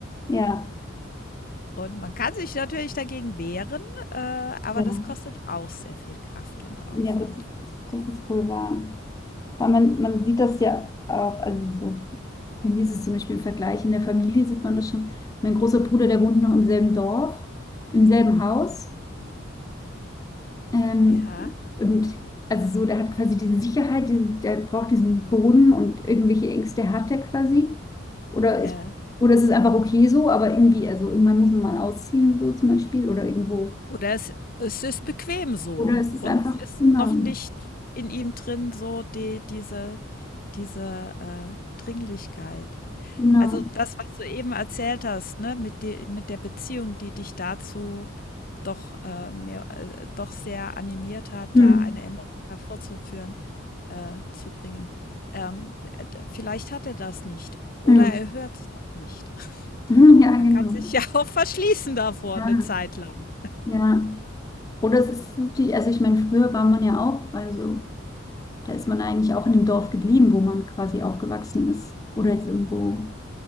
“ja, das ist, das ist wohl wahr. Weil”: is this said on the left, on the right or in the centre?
Left